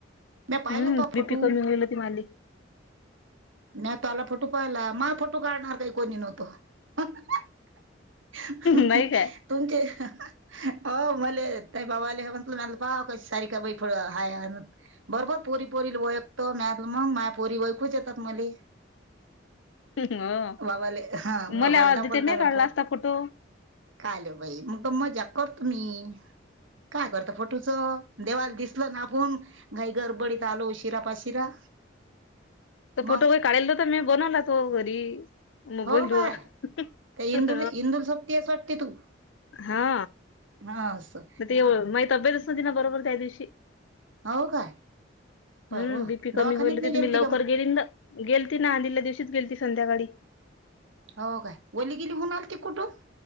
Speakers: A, on the right; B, on the left.
A: म्या पाहिला
B: हम्म
A: तो
B: बी
A: फोटो
B: पी कर लिून गेल ती मालिक
A: नाही तोला फोटो पाहिला मा फोटो काढणार काही कोणी नव्हतो <unintelligible>
B: नाही काय
A: तुमचे <unintelligible> अ मले त बाबाले म्हटलं मलं पा कसे - सारीका बाई फुड हाय हाय बई बरोबर पोरी पोरी वळकत मग <unintelligible> पोरी वळकूच येतात मले
B: हो
A: वावाले हा वावलता
B: मला आवाज
A: दाखोलता
B: देते
A: मी
B: काढला
A: फोन
B: असता फोटो
A: काले बाई मग मजाक करतो मी काय करता फोटोचं देवाल दिसल नापून घाई गरबडीत आलो उशिरा पाशिरा
B: त फोटो
A: मग
B: का काढाल नव्हतं मी बनवला होता तो घरी मोबाईल
A: हो काय
B: वर <unintelligible>
A: त्या इंदुल इंदुल सोबतीस वाटते तू
B: हा हा
A: हा असं
B: म ते माइ तब्येतच नव्हती ना बरोबर त्या दिवशी
A: हो काय पाय
B: हम्
A: व
B: बीपी
A: दवाखान्यात
B: कमी होईल
A: नाही
B: तीत
A: गेलती
B: मी लवकर
A: का मग
B: गेली न गेलती ना आधल्या दिवशीच गेल ती संध्याकाळी
A: हो काय ओली गेली होन आल ती कुठुन